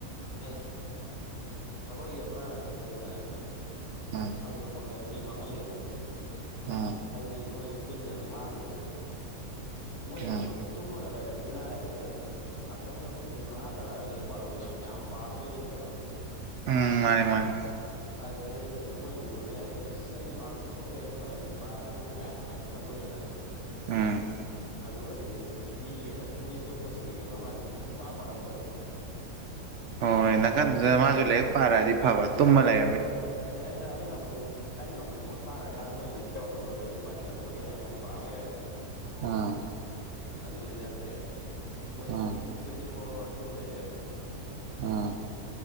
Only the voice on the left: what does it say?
ꯑꯁ ꯑꯩꯈꯣꯏꯒꯤ ꯑꯃ ꯂꯩꯗꯅ
ꯁꯪꯒ ꯄꯪꯒꯅ ꯃꯤ ꯃꯥꯡꯍꯜꯂ ꯑꯗꯣ
ꯑꯩꯁꯦ ꯃꯣꯏꯒ ꯄꯨꯟꯗꯅ ꯃꯥꯡꯗꯣꯔꯦꯕ ꯃꯣꯏꯅ
ꯁꯨꯝ ꯇꯨꯝꯃꯒ ꯂꯩꯔꯕꯅꯤꯅ ꯑꯩꯅꯒ ꯉꯥꯏꯍꯥꯛꯇꯪꯒ ꯃꯤꯅꯤꯠ ꯃꯉꯥ ꯇꯔꯥꯒ ꯂꯩꯦꯛꯔꯛꯄꯥꯕꯗ ꯌꯥꯝ ꯌꯥꯝ ꯄꯥꯔꯕꯣꯏ ꯅꯤꯡꯕꯗꯣ
ꯑꯥꯎ ꯑꯗꯨꯗꯩ ꯃꯣꯏ ꯎꯔꯕꯅꯤꯅ ꯑꯩꯁꯁꯨ ꯑꯦꯁ ꯑꯩꯁꯨ ꯉꯥꯏꯍꯥꯛ ꯆꯨꯝꯊꯣꯛꯀꯦꯗ ꯐꯖꯅ ꯀꯨꯟ ꯄꯥꯁꯤꯕꯨ ꯀꯥꯏ ꯍꯥꯏꯒ ꯈꯟꯗꯣꯛꯑꯦꯗꯅ
ꯑꯗꯨꯒꯗꯤ ꯃꯤꯒꯤ ꯃꯤ ꯑꯇꯣꯞꯄꯁꯤꯡꯒ ꯌꯦꯡꯅꯕ ꯀꯥꯟꯗꯅꯦ ꯏꯄꯥ ꯄꯥꯔꯝꯗꯕꯗꯣ
ꯍꯣꯏ ꯑꯗꯨꯗꯤ ꯑꯩꯅ ꯑꯩꯅ ꯑꯃꯨꯛ ꯑꯩꯅ ꯑꯃꯨꯛ ꯄꯣꯊꯥꯔꯀꯥꯟꯗ ꯃꯣꯏꯅꯗ ꯎꯔꯒ ꯑꯩꯁꯨ ꯄꯥꯅꯤꯡꯉꯛꯄꯒꯤ ꯑꯩꯁꯁꯨ ꯑꯃꯨꯛ ꯄꯥꯕ ꯌꯥꯏꯗꯅ
ꯑꯗꯨꯗꯩ ꯅꯠꯇ꯭ꯔꯦ ꯃꯣꯏꯅ
ꯁꯨꯝ ꯇ꯭ꯋꯦꯟꯇꯤ ꯐꯣꯔ ꯑꯋꯥꯔ ꯇꯨꯝ ꯂꯩꯔꯦ